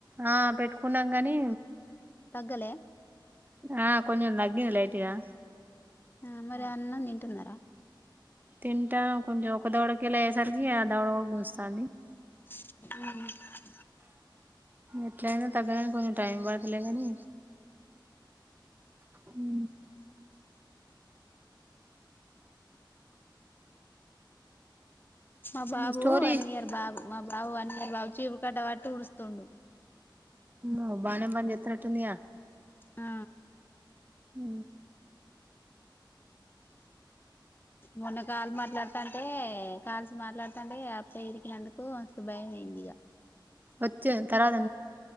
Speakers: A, on the right; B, on the left.
A: ఆ పెట్టుకున్నాం గాని
B: తగ్గలే
A: ఆ కొంచెం తగ్గింది గింది లైట్గా
B: ఆ మరి అన్నం తింటున్నారా
A: తింటా కొంచెం ఒక దోడకి వెళ్ళ అయేసరికి ఆ దౌడ ఒక గుంజుతంది
B: ఉ
A: ఎట్లయినా తగ్గడానికి కొంచెం టైం ప పడతలే కానీ హ
B: మా బాబు
A: స్టోరీ
B: వన్ ఇయర్ బాబు మా బాబు వన్ ఇయర్ బాబు చీపిరి కట్ట పట్టి ఉడుస్తుండు
A: ఓ బానే పని చేతనట్టుందిగా ఉందిగా
B: ఆ
A: ఉ
B: మొన్న కాలు మాట్లాడుతాంటే కాలు మాట్లాడుతంటే అబ్బాయి ఇరికినందుకు మస్తు భయం అయింది ఇగా
A: వచ్చే తర్వత